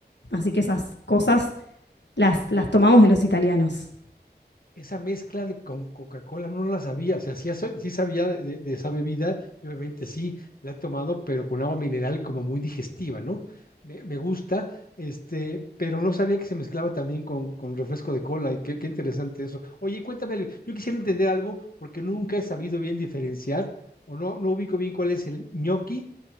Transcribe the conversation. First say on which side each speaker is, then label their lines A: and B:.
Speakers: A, on the left (about 85°); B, on the left (about 55°).
A: Así que esas cosas las, las tomamos de los italianos.
B: esa mezcla de con Coca-Cola no la sabía, o sea, sí, aso- sí sabía de, de- de esa bebida y obviamente sí la he tomado, pero con agua mineral como muy digestiva, ¿no? Me, me gusta, este, pero no sabía que se mezclaba también con, con refresco de cola y qué, qué interesante eso. Oye, cuéntame, algo, yo quisiera entender algo porque nunca he sabido bien diferenciar o no, no ubico bien cuál es el ñoqui